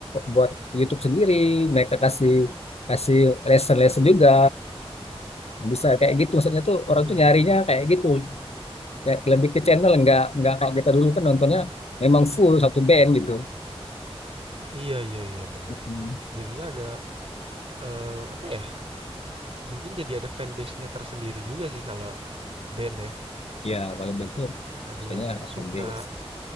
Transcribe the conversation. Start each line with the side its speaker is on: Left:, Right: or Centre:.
Left: buat YouTube sendiri mereka kasih kasih lesson lesson juga bisa kayak gitu maksudnya tuh
Right: Mhm.
Left: orang tuh nyarinya kayak gitu ya lebih ke channel nggak nggak kayak kita dulu kan nontonnya memang full satu band gitu
Right: Iya iya iya bener.
Left: Mm-mm.
Right: Jadinya ada eh, apa ya? Mungkin jadi ada fanbase-nya tersendiri juga sih kalau band ya.
Left: ya kalau band tuh
Right: Ada
Left: misalnya
Right: yang suka
Left: open bass